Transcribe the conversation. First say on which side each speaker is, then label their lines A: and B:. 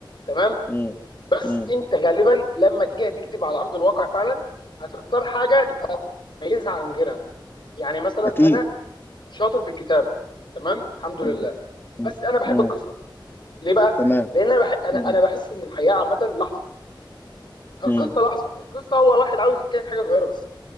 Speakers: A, on the left; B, on the left.
A: تمام
B: م-
A: بس
B: م.
A: انت غالبا لما تيجي هتكتب على ارض الواقع فعلا هتختار حاجه تبقى مميزه عن غيرها يعني مثلا
B: أكيد
A: انا شاطر في الكتابه تمام الحمد لله
B: مم. مم.
A: بس انا بحب
B: مم.
A: القصه ليه بقى
B: تمام
A: لان انا بح... انا
B: مم.
A: انا بحس ان الحياه عامه لحظه فالقصه
B: مم.
A: لحظه القصه هو واحد عاوز يحكي لك حاجه صغيره بس